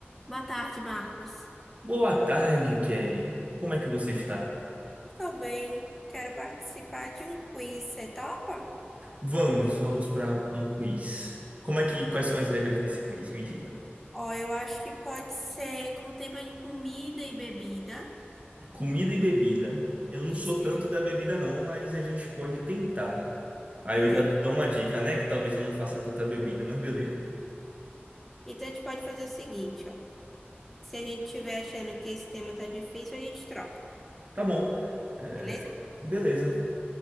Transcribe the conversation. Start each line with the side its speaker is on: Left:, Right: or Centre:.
Centre: Boa tarde, Marcos.
Right: Boa tarde, Kelly. Como é que você está?
Centre: Estou bem, quero participar de um quiz, você topa?
Right: Vamos, vamos para um quiz. Como é que, quais são as regras desse quiz? Me diga.
Centre: Ó, eu acho que pode ser com tema de comida e bebida.
Right: Comida e bebida. Eu
Centre: Isso,
Right: não sou tanto
Centre: e-
Right: da bebida não, mas a gente pode tentar. Aí
Centre: pronto.
Right: eu já te dou uma dica, né? Que talvez eu não faça tanta bebida, mas beleza.
Centre: Então a gente pode fazer o seguinte, ó. Se a gente estiver achando que esse tema tá difícil, a gente troca,
Right: Tá bom. É,
Centre: beleza?
Right: beleza.